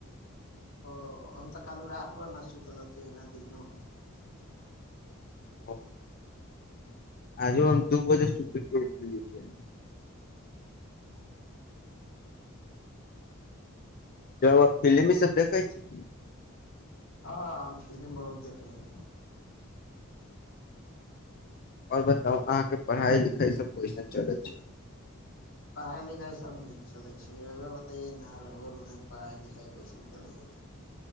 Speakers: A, on the left; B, on the left.
A: ओ हम तऽ कालहु राति भर न सुतलहतिये ना दिनोमे
B: हँ आजु हम दू बजे सुती के उठलियै छै रौआ फिल्म इ सब देखै छी
A: हँ फिल्म बहुत देखै हथिन
B: आओर बताउ अहाँके पढ़ाइ लिखाइसभ कैसन चलै छै
A: पढ़ाइ लिखाइ सभ नीक चलै छै रौआ बतैयै ना रौआ पढ़ाइ लिखाइ कैसन चलै हथिन